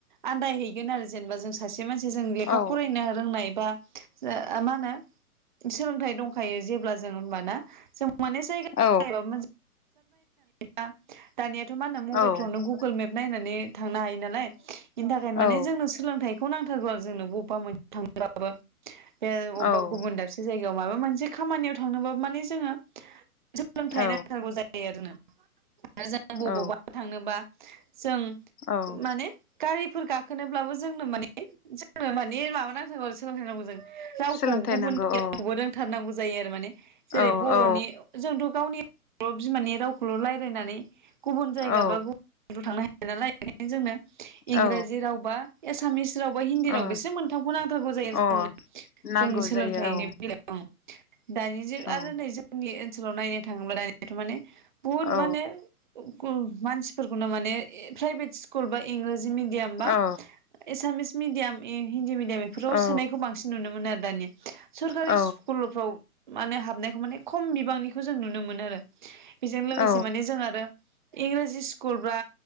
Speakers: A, on the right; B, on the left.
A: आदाय हैैगोन आरो जेनेबा जों सासे ज मानसि जों लेखा
B: औ
A: फरायनो रोंनाय बा ओ ओ मा होनो सोलोंथाइ दं। हायो जेब्ला जों होनबाना‌ माने‌ जायगा
B: औ
A: <unintelligible> <unintelligible> <unintelligible> दानिया थु' मा होनो मबाइलफ्रावनो
B: औ
A: गुगोल मेप नायनानै। थांनो हायो नालाय बेनि थाखायनो
B: औ
A: माने जोंनो सोलोंथाइखौ नां जोंनो बबेबा मोन थांब्लाबो बे अबेबा
B: औ
A: गुबुन दाबसे जायगायाव माबा मोनसे खामानियाव थांनोबा‌ माने जोङो। सोलोंथाइ
B: औ
A: नांथारगौ जायो आरो जोंनो। आरो जों बबावबा
B: औ
A: थांनोबा जों
B: औ
A: माने गारिफोर गाखोनोब्लाबो जोंनो माने जोंनो माने माबा नांथारौ आरो सोलोंथाइ नांगौ जों रावखौ
B: सोलोंथाइ
A: गुबुननि
B: नांगौ
A: रावखौबो
B: औ
A: रोंथारनांगौ जा जायो आरो माने। जेरै
B: औ
A: बर'नि
B: औ
A: जोंथ' गावनि बर' बिमानि राव। खौल' रायजलायनानै गुबुन जायगा
B: औ
A: बा गुबुन थांनो हाया। <unintelligible> जोंनो इंराजि
B: औ
A: रावबा एसामिस रावबा हिन्दी
B: ओ
A: राव बेसो मोनथामखौ नांथारगौ जायो जोंनो
B: अ नांगौ
A: जोंनो सोलोंथाइनि
B: जायो
A: बेलायाव। दानि जे
B: औ
A: आरो नै जोंनि ओ ओनसोलाव नायनो थाङोब्ला दानियाथ' माने बुहुद
B: औ
A: माने <unintelligible> मानसिफोरखौनो माने प्राइभेट स्कुल बा इंलिस मिडियाम बा
B: औ
A: एसामिस मिडियाम इ हिन्दी मिडियाम बेफोराव
B: औ
A: सोनायखौ बांसिन नुनो मोनो आरो दानिया सोरकारि
B: औ
A: स्कुलफ्राव माने हाबनायखौ माने खम बिबांनिखौ जों नुनो मोनो आरो बेजों लोगोसे
B: औ
A: माने जों आरो इंराजि स्कुल बा